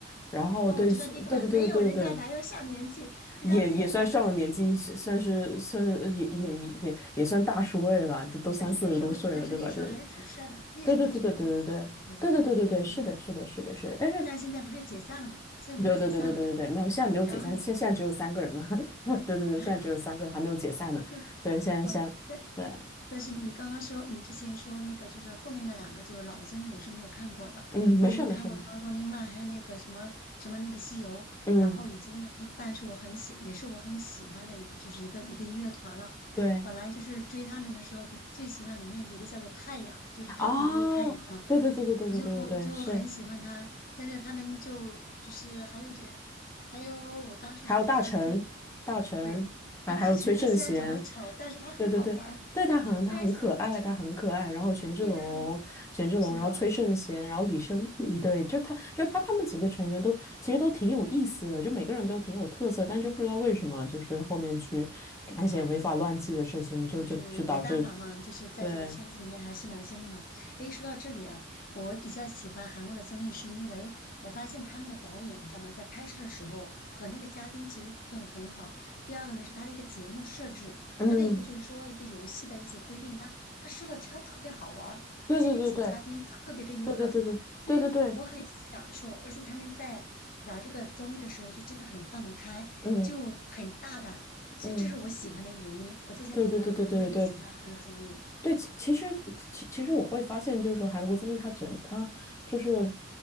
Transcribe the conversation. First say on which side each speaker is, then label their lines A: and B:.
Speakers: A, on the left (about 15°); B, on the left (about 45°).
A: 然后对，
B: 啊，我知道
A: 是对对对对对对，
B: Big Bang，没有，人家哪有上年纪，人家
A: 也也算上了年纪，
B: Big Bang 还在。<laughs> 年。
A: 是算是算也也也也也算大叔位了，都都三四十多岁了，
B: 但是那时候，但是那时候还是挺帅的嘛，
A: 对吧？对
B: 那时候还是蛮年轻的嘛，
A: 对对对对对对
B: 对对对，
A: 对对对对对对对，是的，
B: 嗯，
A: 是的，是的，是的，但是
B: 但现在不是解散了嘛，现在不是解散了嘛，
A: 对对对对对对对，没有，现在没有解散，
B: 然后你
A: 现现在只有三个人呢。<laughs> 对对对，
B: <laughs> 啊，
A: 现在只有三个人还没有解散呢，
B: 那
A: 对，现在现在
B: 好，但
A: 对，
B: 但是你刚刚说你之前说那个就是后面那两个就是老的综艺我是没有看过的，
A: 嗯，
B: 我只是看过什么《Running
A: 没事儿没事儿没事儿，
B: Man》，还有那个什么什么那个西游，
A: 嗯，
B: 然后以及那个 Big Bang 是我很喜，也是我很喜欢的一个就是一个一个音乐团了。
A: 对，
B: 本来就是追他们的时候，比最喜欢里面一个叫做太阳，就是他的名字就太阳啊。
A: 哦，对对对对对对对对对，
B: 我就我就很喜欢他，
A: 是。
B: 但是他们就就是还有谁，还有我当时就觉得追，
A: 还有大臣，大臣，
B: 对，
A: 还还有崔圣贤，
B: 呃，大成他虽然长得丑，但是他很好玩儿，
A: 对对对，对他很他很可爱，
B: <laughs> 我也喜欢大成，
A: 他很可爱。然后权志龙，
B: 因为他很，
A: 权志龙，
B: 是的，
A: 然后崔圣贤，然后李胜利，对，就他就他他们几个成员都其实都挺有意思的，就每个人都挺有特色，但就不知道为什么就是后面去干一些违法乱纪的事情，
B: 哎，
A: 就就就导致
B: 就是没办法嘛，就是在这个圈子里面还是蛮深的嘛。
A: 对，
B: 诶，说到这里啊，我比较喜欢韩国的综艺，是因为我发现他们的导演，你知道吗，在拍摄的时候和那个嘉宾其实互动很好。第二个呢是他的一个节目设置，
A: 嗯，
B: 他的一个就是说一个游戏的一些规定，他他设的他特特别好玩儿，
A: 对对对对
B: 而且那些嘉宾特别的有梗，
A: 对对对对对对对，
B: 所以享受，而且他们在玩这个综艺的时候就真的很放得开，
A: 嗯
B: 就很大胆，所以这是我喜欢的一个原因。
A: 嗯。
B: 我在想你呢，
A: 对对对对对对，
B: 你为什么喜欢韩国综艺？
A: 对，其其实其其实我会发现，就是说韩国综艺它整它就是，